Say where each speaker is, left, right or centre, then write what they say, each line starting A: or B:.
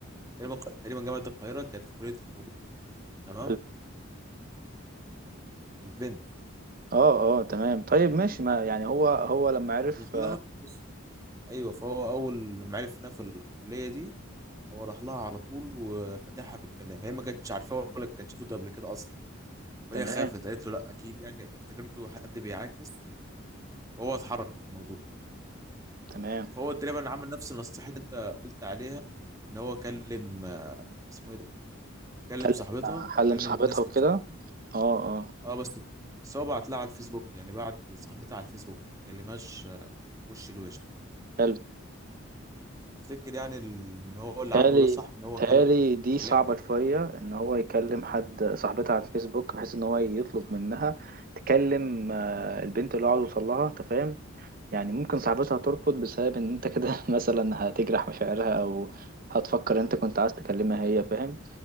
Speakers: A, on the right; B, on the right.
A: تقريبا تقريبا جامعة القاهرة كانت في كلية الحقوق تمام
B: حلو
A: البنت
B: اه اه تمام طيب ماشي ما يعني هو هو لما عرف
A: راح لها
B: آه،
A: بس- ايوه فهو اول ما عرف انها في الكلية دي هو راح لها على طول وفتحها في الكلام هي ما كانتش عارفاه ولا كانت شافته قبل كده اصلا فهي
B: تمام
A: خافت قالت له لا اكيد يعني افتكرته حد بيعاكس وهو اتحرك من الموضوع
B: تمام
A: فهو تقريبا عمل نفس النصيحة اللي انت قلت عليها ان هو كلم آه، اسمه ايه ده كلم
B: اتكلم
A: صاحبتها
B: مع حل
A: او كلم
B: مصاحبتها
A: ناس
B: وكده
A: من صحابها
B: اه اه
A: اه بس بس هو بعت لها على الفيسبوك يعني بعت لصاحبتها على الفيسبوك ما كلمهاش آه، وش لوش
B: حلو
A: افتكر يعني ال- ان هو اللي
B: تالي
A: عامله ده صح ان هو
B: تالي
A: كلام
B: دي
A: كلمك
B: صعبة شوية إن هو يكلم حد صاحبتها على الفيسبوك بحيث إن هو يطلب منها تكلم آه، البنت اللي هو عاوز يوصل لها أنت فاهم يعني ممكن صاحبتها ترفض بسبب إن أنت كده <laughs> مثلا هتجرح مشاعرها أو هتفكر أنت كنت عايز تكلمها هي فاهم